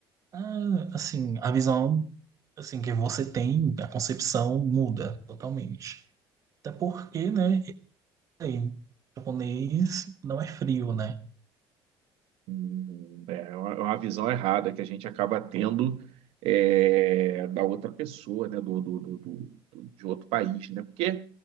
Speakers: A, on the right; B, on the right.
A: ah, assim, a visão assim que você tem, a concepção muda totalmente. Até porque, né, sei, japonês não é frio, né?
B: Hum, É é uma é uma visão errada que a gente acaba tendo é, da outra pessoa, né? Do, do, do, do- do- de outro país, né? Porque